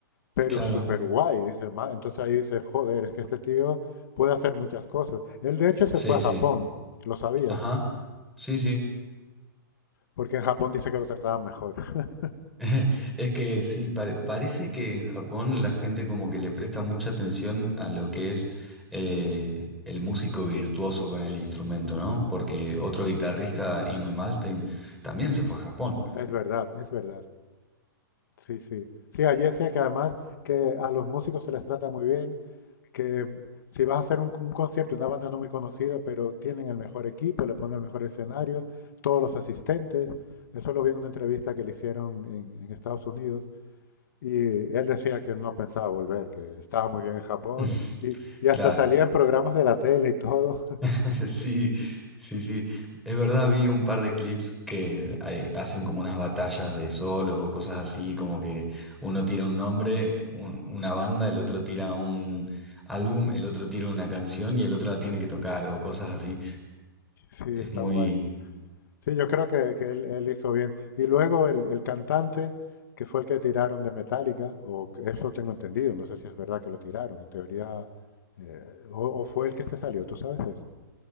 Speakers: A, on the left; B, in the centre.
A: pero
B: Claro,
A: súper guay, dice ma. Entonces ahí dice, joder, es que este tío puede hacer muchas cosas. Él de hecho se
B: sí,
A: fue a Japón,
B: sí.
A: lo sabías,
B: Ajá. Sí, sí.
A: porque en Japón dice que lo trataban mejor. <laughs>
B: <laughs> Es que sí, pare- parece que en Japón la gente como que le presta mucha atención a lo que es eh, el músico virtuoso con el instrumento, ¿no? Porque otro guitarrista, Ingwe Malmsteen, también se fue a Japón.
A: Es verdad, es verdad. Sí, sí. Sí, allí decía que además que a los músicos se les trata muy bien, que si vas a hacer un, un concierto, una banda no muy conocida, pero tienen el mejor equipo, le ponen el mejor escenario, todos los asistentes. Eso lo vi en una entrevista que le hicieron en en Estados Unidos. Y él decía que no pensaba volver, que estaba muy bien en Japón.
B: <laughs>
A: Y, y hasta
B: Claro,
A: salía en programas de la tele y todo. <laughs>
B: <laughs> sí, sí, sí. Es verdad, vi un par de clips que eh, hacen como unas batallas de solos o cosas así, como que uno tira un nombre, un- una banda, el otro tira un álbum, el otro tira una canción y el otro la tiene que tocar o cosas así.
A: Sí,
B: Es
A: está
B: muy...
A: guay. Sí, yo creo que, que él, él hizo bien. Y luego el, el cantante, que fue el que tiraron de Metallica, o que- eso tengo entendido, no sé si es verdad que lo tiraron, en teoría, eh, o, o fue el que se salió, ¿tú sabes eso?